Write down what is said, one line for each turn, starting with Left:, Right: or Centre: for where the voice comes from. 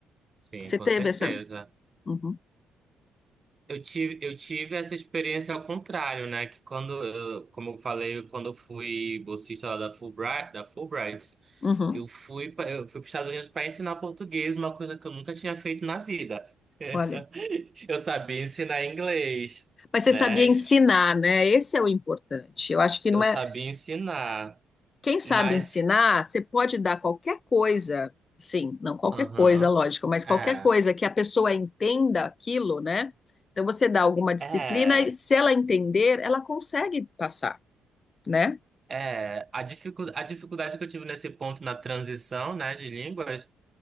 Right: sim,
Left: Você
Right: com
Left: teve
Right: certeza.
Left: essa. Uhum,
Right: Eu tive, eu tive essa experiência ao contrário, né? Que quando, eu- como eu falei, quando eu fui bolsista lá da Fulbright, da Fulbright,
Left: uhum.
Right: eu fui, pra- eu fui para os Estados Unidos para ensinar português, uma coisa que eu nunca tinha feito na vida. <laughs>
Left: Olha,
Right: Eu sabia ensinar inglês,
Left: mas você
Right: né?
Left: sabia ensinar, né? Esse é o importante. Eu acho que
Right: Eu
Left: não é.
Right: sabia ensinar,
Left: Quem sabe
Right: mas,
Left: ensinar, você pode dar qualquer coisa, sim, não qualquer
Right: aham,
Left: coisa, lógico, mas
Right: é,
Left: qualquer coisa que a pessoa entenda aquilo, né? Então você dá alguma disciplina
Right: é,
Left: e se ela entender, ela consegue passar, né?
Right: é. A dificu, a dificuldade que eu tive nesse ponto na transição, né, de línguas.